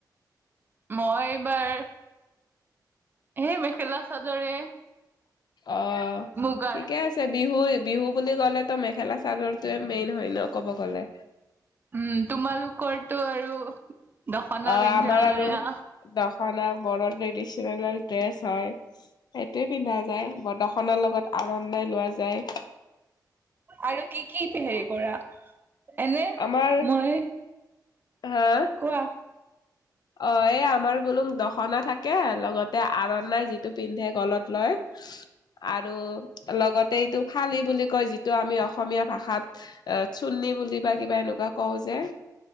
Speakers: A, on the right; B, on the left.
A: মই এইবাৰ হে মেখেলা চাদৰে।
B: অহ,
A: মুগাৰ
B: ঠিকে আছে বিহু -বিহু বুলি ক'লে ত'মেখেলা- চাদৰ তোয়ে মেইন হয় ন' ক'ব গ'লে।
A: উম, তোমালোকৰ তো আৰু দখনা
B: অহ,
A: পিন্ধা
B: আমাৰ আৰু
A: কৰা
B: দখনা বড়ো ট্ৰেডিচনেল ড্ৰেছ হয় সেইটোই পিন্ধা যাই বড়োখনৰ লগত আনন্দে লোৱা যায়।
A: আৰু কি- কি হেৰি কৰা এনে
B: আমাৰ
A: মই
B: হা
A: কোৱা
B: অহ, এই আমাৰ বোলো দখনা থাকে লগতে আৰণাই যিটো পিন্ধে গলত লয়, আৰু লগতে এইটো ফালি বুলি কয় যিটো আমি অসমীয়া ভাষাত অহ, চুৰ্ণী বুলি বা কিবা এনেকুৱা কওঁ যে